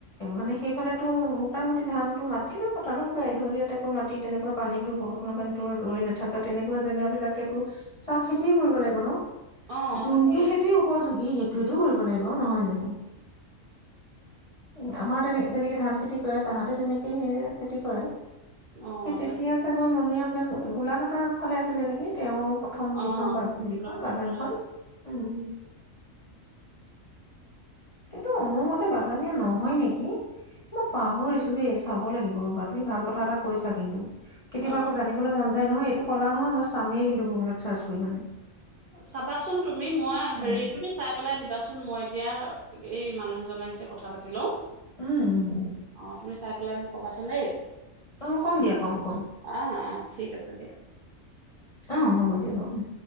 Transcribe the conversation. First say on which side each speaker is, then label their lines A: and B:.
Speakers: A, on the left; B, on the right.
A: মানে সেইফালেতো মোটামুটি ধানতটো মাতি লৈও কথা ন কিবা এঢলীয়া টাইপৰ মাটি তেনেকুৱা পানীতো বৰষুণৰ পানীতো ৰৈ নেথকা তেনেকুৱা জেগা বিলাকে তো চাহ খেতিয়ে কৰিব লাগিব ন।
B: অ
A: যোনটো
B: তাকে
A: খেতিৰ উপযোগী সেই যিটো কৰিব লাগিব। অ', নহয় জানো। উম, আমাৰ তেনে-যেনেকে ধান খেতি কৰে তাহাঁতে তেনেকে সেইয়ে খেতি কৰে।
B: অ
A: সেই তেতিয়া
B: তাকে
A: চাগৈ মণিৰাম দেৱান গোলাঘাটৰ ফালে আছিলে নেকি, তেওঁ প্ৰথম
B: অ
A: যিখন বাগ-হেৰিখন
B: গোলাঘাটৰ
A: বাগানখন,
B: ফালে আছিলে
A: উম। কিন্তু মোৰ মতে বাগানীয়া নহয় নেকি, মই পাহৰিছো দেই চাব লাগিব ৰ'বা তুমি ভাল কথা এটা কৈছা কিন্তু। কেতিয়াবা
B: অ
A: আকৌ জানিবলৈ মন যায় নহয় কলা নহয় মই চামেই কিন্তু গুগলত চাৰ্চ কৰি মানে।
B: চাবাচোন তুমি মই
A: উম।
B: হেৰি তুমি চাই পেলাই দিবাচোন কোন মই এতিয়া এই মানুহ এজন আহিছে। কথা পাতি লও
A: উম, উম, উম,
B: অ' তুমি চাই পেলাই মোক ক'বাচোন দেই
A: অ' কম দিয়া কম কম
B: অ অ ঠিক আছে দিয়া
A: আহ হ'ব দিয়া বাৰু